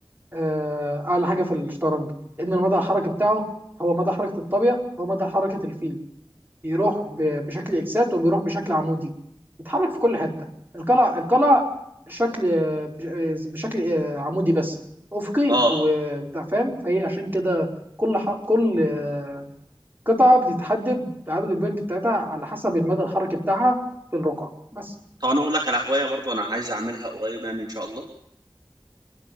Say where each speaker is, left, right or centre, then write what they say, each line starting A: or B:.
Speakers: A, on the right; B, on the right.
A: آه، اعلى حاجة في الشطرنج لان المدى الحركي بتاعه هو مدى حركة الطابية هو مدى حركة الفيل بيروح ب- بشكل اكسات وبيروح بشكل عمودي بيتحرك في كل حته القلع القلع شكل بش- بشكل آه، عمودي بس افقي
B: اه
A: وبتاع فاهم فهي عشان كده كل ح... كل آه، قطعه بتتحدد عدد البوينت بتاعتها على حسب المدى الحركي بتاعها في الرقعه بس
B: طب انا اقول لك على هوايه برضو انا عايز اعملها قريب يعني ان شاء الله